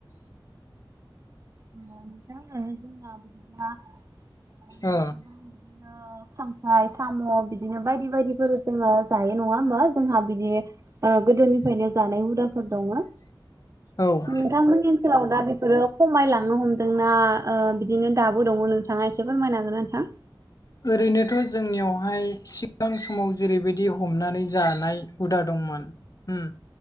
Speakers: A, on the right (about 35°); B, on the left (about 45°).
A: <unintelligible>
B: ओ
A: ओ खांख्राय, साम' बिदिनो बायदि बायदिफोर जोङो जायो नङा होमबा? जोंहा बिदि ओ गोदोनिफ्रायनो जानाय हुदा फोर दङ'।
B: औ
A: नोंथांमोननि ओनसोलाव दा बेफोरो खमायला लांनो हमदोंना ओ बिदिनो दाबो दङ' नोंथाङा एसे फोरमायना हागोन नोंथां?
B: ओरैनोथ' जोंनियावहाय सिगां समाव जेरैबायदि हमनानै जानाय हुदा दंमोन। उम।